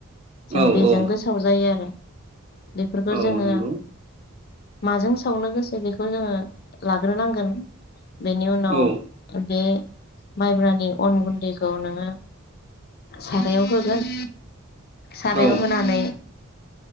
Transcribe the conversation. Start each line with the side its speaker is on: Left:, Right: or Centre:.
Right: औ
Left: जों बेजोंबो
Right: औ
Left: सावजायो आरो बेफोरखौ
Right: औ
Left: जोङो
Right: नंगौ
Left: माजों सावनो गोसो बेखौ जोङो लाग्रोनांगोन। बेनि उनाव
Right: औ
Left: बे माइब्रानि अन गुन्दैखौ नोङो सारायाव होगोन सारायाव
Right: औ
Left: होनानै